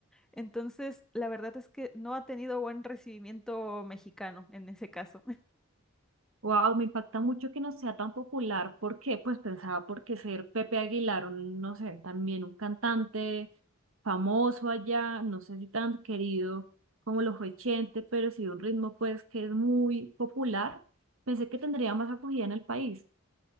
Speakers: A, in the centre; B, on the right.
A: Entonces la verdad es que no ha tenido buen recibimiento mexicano en ese caso.
B: Wow, me impacta mucho que no sea tan popular. ¿Por qué? Pues pensaba porque ser Pepe Aguilar, un, no sé, también un cantante famoso allá, no sé si tan querido como lo fue Chente, pero sí de un ritmo pues que es muy popular. Pensé que tendría más acogida en el país.